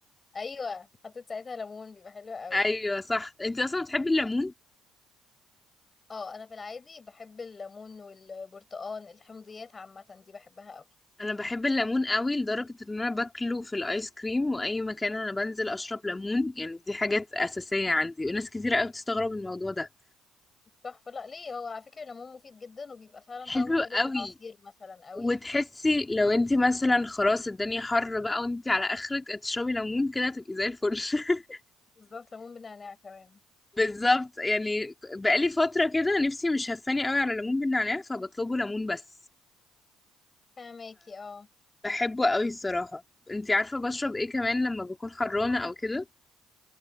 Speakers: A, on the left (about 35°); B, on the left (about 20°).
A: ايوه حطيت ساعتها ليمون بيبقى حلو قوي
B: ايوه صح انتي اصلا بتحبي الليمون
A: اه انا في العادي بحب الليمون والبرتقان الحمضيات عامة دي بحبها قوي
B: انا بحب الليمون قوي لدرجة ان انا باكله في الايس كريم واي مكان انا بنزل اشرب ليمون يعني دي حاجات اساسية عندي وناس كتيرة قوي بتستغرب من الموضوع ده
A: تحفه لا ليه هو على فكره الليمون مفيد جدا وبيبقى فعلا
B: حلو
A: طعمه حلو
B: قوي
A: في العصير مثلا قوي
B: وتحسي لو انت مثلا خلاص الدنيا حر بقى وانت على اخرك تشربي ليمون كده تبقي زي الفل <laughs>
A: بالظبط ليمون بنعناع كمان
B: بالظبط يعني بقالي فترة كده نفسي مش هفاني قوي على ليمون بالنعناع فبطلبه ليمون بس
A: فهماكي اه
B: فبحبه قوي الصراحة انت عارفة بشرب ايه كمان لما بكون حرانة او كده